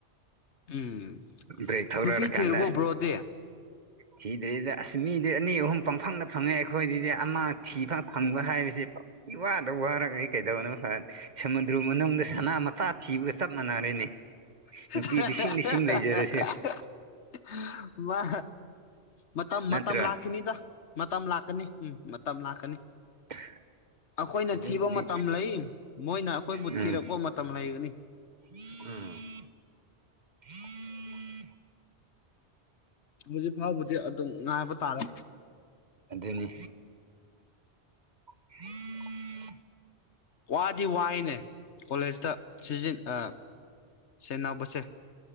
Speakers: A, on the left; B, on the right.
A: ꯎꯝ
B: ꯕ꯭ꯔꯦꯛ ꯊꯧꯔ
A: ꯅꯨꯄꯤ
B: ꯔꯀꯥꯟꯗ
A: ꯊꯤꯔꯕꯣ ꯕ꯭ꯔꯣꯗꯤ
B: ꯊꯤꯗ꯭ꯔꯤꯗ ꯑꯁ ꯃꯤꯗꯤ ꯑꯅꯤ ꯑꯍꯨꯝ ꯄꯪꯐꯪꯗ ꯐꯪꯉꯦ ꯑꯩꯈꯣꯏꯗꯤꯗꯤ ꯑꯃ ꯊꯤꯕ ꯐꯪꯕ ꯍꯥꯏꯕꯁꯤ ꯄꯪ ꯏꯋꯥꯗ ꯋꯥꯔꯒꯗꯤ ꯀꯩꯗꯧꯅ ꯐꯅꯤ ꯁꯃꯨꯗ꯭ꯔꯨ ꯃꯅꯨꯡꯗ ꯁꯅꯥ ꯃꯆꯥ ꯊꯤꯕꯒ ꯆꯞ ꯃꯥꯟꯅꯔꯦꯅꯦ
A: <unintelligible>
B: ꯅꯨꯄꯤ ꯂꯤꯁꯤꯡ ꯂꯤꯁꯤꯡ ꯂꯩꯖꯔꯁꯨ
A: ꯃꯥ ꯃꯇꯝ
B: ꯅꯠꯇ꯭ꯔꯥ
A: ꯃꯇꯝ ꯂꯥꯈꯤꯅꯤꯗ ꯃꯇꯝ ꯂꯥꯛꯀꯅꯤ ꯎꯝ ꯃꯇꯝ ꯂꯥꯛꯀꯅꯤ
B: <inaudible>
A: ꯑꯩꯈꯣꯏꯅ
B: ꯑꯗꯨꯕꯨꯗꯤ
A: ꯊꯤꯕ ꯃꯇꯝ ꯂꯩ ꯃꯣꯏꯅ ꯑꯩꯈꯣꯏꯕꯨ
B: ꯎꯝ
A: ꯊꯤꯔꯛꯄ ꯃꯇꯝ ꯂꯩꯒꯅꯤ
B: <inaudible> <inaudible>
A: ꯍꯧꯖꯤꯛ ꯐꯥꯎꯕꯗꯤ ꯑꯗꯨꯝ ꯉꯥꯏꯕ ꯇꯥꯔꯦ
B: ꯑꯗꯨꯅꯤ <inaudible>
A: ꯋꯥꯗꯤ ꯋꯥꯏꯅꯦ ꯀꯣꯂꯦꯖꯇ ꯁꯤꯖꯤ ꯑꯥ ꯁꯦꯟꯅꯕꯁꯦ